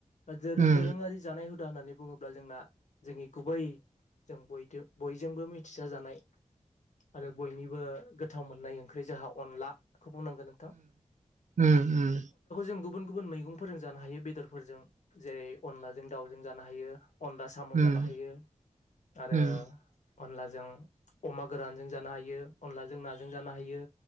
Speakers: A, on the left; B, on the right.
A: दोरो-दोरोङारि
B: उम
A: जानाय हुदा होननानै बुङोब्ला जोंना जोंनि गुबै। जों बयजों-बयजोंबो मिथिसाथ जानाय। आरो बयनिबो गोथाव मोननाय ओंख्रि जाहा अनलाखौ बुंनांगोन नोंथां।
B: ओम-ओम।
A: गुबुन-गुबुन मैगंफोरजों जानो हायो बेदरफोरजों जेरै अनलाजों दाउजों जानो हायो। अनला साम'
B: उम
A: जानो हायो आरो।
B: उम
A: अनलाजों अमा गोरानजों जानो हायो अनलाजों नाजों जानो हायो।